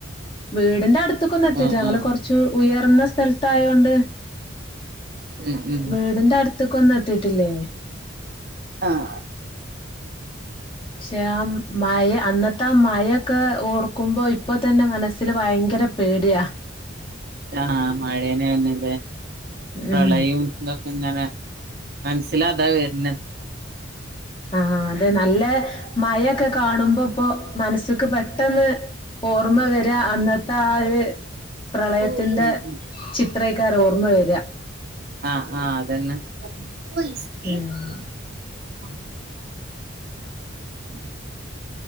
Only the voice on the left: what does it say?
വീടിന്റെ അടുത്ത്ക്കൊന്നും എത്തിട്ടില്ല
ഞങ്ങള് കൊർച്ച് ഉയർന്ന സ്ഥ സ്ഥലത്തായോണ്ട്
വീടിന്റെ അടുത്ത് കൊന്നെത്തീട്ടില്ലേനി
പക്ഷെ ആ മഴ അന്നത്തെ ആ മഴൊക്കെ ഓർക്കുമ്പോ ഇപ്പോൾ തന്നെ മനസ്സിൽ ഭയങ്കര പേടിയാ
ഉം
ആഹ അതെ നല്ല മഴൊക്കെ കാണുമ്പോ ഇപ്പോൊ മനസ് എനക് പെട്ടെന്ന് ഓർമ്മ വരാ അന്ന് താല് <unintelligible> പ്രളയത്തിന്റെ
ചിത്രക്കാര ഓർമ്മ വരിക
ഉം